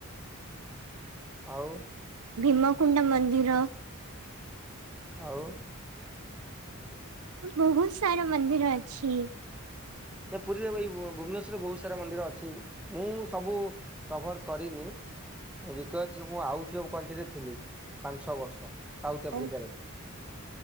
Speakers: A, in the centre; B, on the right (about 85°).
A: ଆଉ
B: ଭୀମକୁଣ୍ଡ ମନ୍ଦିର
A: ଆଉ
B: ବହୁତ ସାରା ମନ୍ଦିର ଅଛି।
A: ଯେ ପୁରୀରେ ଭୁବନେଶ୍ୱରରେ ବହୁତ ସାରା ମନ୍ଦିର ଅଛି ମୁଁ ସବୁ କଭର କରିନି। ବିକଜ ମୁଁ ଆଉଟ ଅଫ୍ କଣ୍ଟିରେ ଥିଲି ପାଞ୍ଚ ଛ ବର୍ଷ ସାଉଥ
B: ଓ
A: ଆଫ୍ରିକାରେ